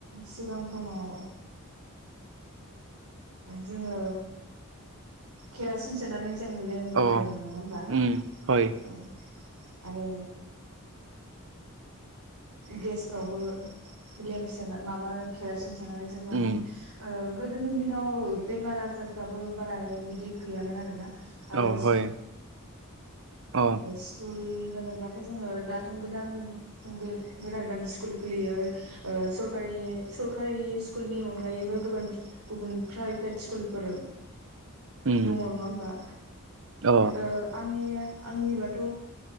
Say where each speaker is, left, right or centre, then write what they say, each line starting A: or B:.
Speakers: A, on the right; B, on the right.
A: सिगां समाव जोङो केरासिन सोनानै जों लेम
B: अ
A: बाहायोमोन नङा होमबा
B: उम हय
A: औ आरो गेसफ्रावबो लेमप सोना माबा केरासिम सोनानै जों बाहाय
B: उम
A: गोदोनि दिनाव बेमार आजारफ्राबो बारा बिदि गैयामोन आरोना। आरो
B: अ हय अ
A: स्कुल स्कुल होनोब्लाथ' जोङो दाथ' गोदान गोदान गोदान स्कुल खुलियो सरकारि सरकारि स्कुलनि अनगायैबो गुबुन गुबुन प्राइभेट स्कुलफोर
B: उम
A: दङ नङा होमबा
B: अ
A: ओ आंनि आंनिबाथ'